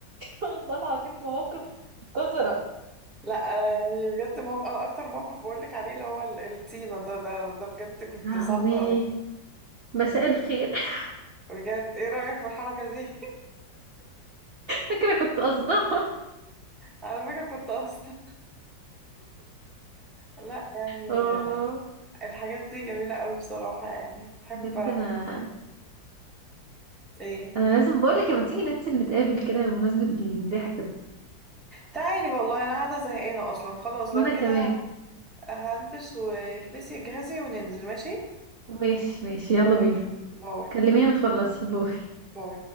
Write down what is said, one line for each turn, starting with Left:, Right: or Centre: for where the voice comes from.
Right: والله العظيم مواقف قذرة
Centre: لا انا يعني بجد موق... أنا اكتر موقف بقول لك عليه اللي هو ال- الطينه ده ده ده بجد كنت
Right: لهوي
Centre: صعب قوي
Right: مساء الخير <laughs>
Centre: بجد ايه رايك في الحركه دي <laughs>
Right: فاكرة كنت قصدها
Centre: على فكره كنت اصلا لا يعني
Right: اه
Centre: الحاجات دي جميلة قوي بصراحة يعني بحب
Right: بجد انا
Centre: ايه
Right: انا لازم بقولك لما تيجي ننزل نتقابل كده بمناسبة الضحك ده
Centre: تعالي والله انا قاعدة زهقانة اصلا خلاص
Right: وانا
Centre: لو كده
Right: كمان
Centre: هلبس والبسي جهزي وننزل ماشي
Right: ماشي ماشي
Centre: يلا
Right: يلا بينا
Centre: بينا باي
Right: كلميني ما تخلصي باي
Centre: باي